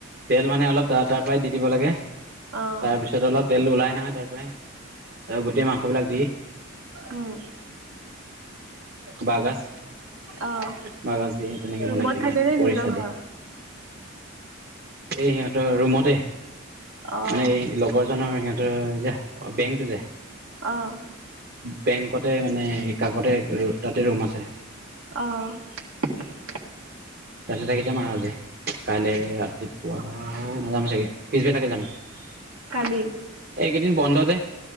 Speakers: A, on the right (about 50°); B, on the right (about 85°).
A: তেল মানে অলপ তাপাই দি দিব লাগে
B: অ',
A: তাৰপিছত অলপ তেল ওলাই তাৰ তাৰ পৰাই আৰু গোটেই মাংস বিলাক দি
B: উম।
A: বাহগাছ
B: অ',
A: বাহগাছ। তেনেকে
B: ৰুমত
A: বনাইছিলো
B: থাকে নে
A: খৰিচা
B: নিজৰ
A: দি।
B: ঘৰ?
A: এ সিহঁতৰ ৰুমতে।
B: অ',
A: মানে লগৰ জনৰ সিহঁতৰ যে বেং যায়
B: অ',
A: বেংকতে মানে কাষতে তাতে ৰুম আছে।
B: অ',
A: তাতেই থাকি যাম আৰু আজি কাইলে ৰা ৰাতিপুৱা নাযাম চাগে পিছবেলাকে যাম। এক
B: কালি
A: কেইদিন বন্ধ যে